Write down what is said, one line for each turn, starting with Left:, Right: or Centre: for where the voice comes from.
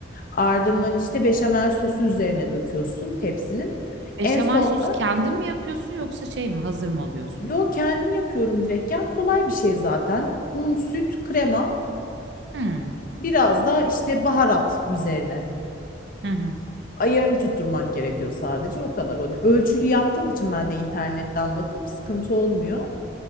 Left: Ardından işte beşamel sosu üzerine döküyorsun tepsinin.
Right: Beşamel
Left: En sonda
Right: sosu kendin mi yapıyorsun yoksa şey mi hazır mı alıyorsun?
Left: yo kendim yapıyorum direkt ya kolay bir şey zaten. Un, süt, krema
Right: Hı
Left: biraz da işte baharat üzerine.
Right: hı. hı.
Left: ayarını tutturmak gerekiyor sadece o kadar. Hani ölçülü yaptığım için ben de internetten bakıp sıkıntı olmuyor.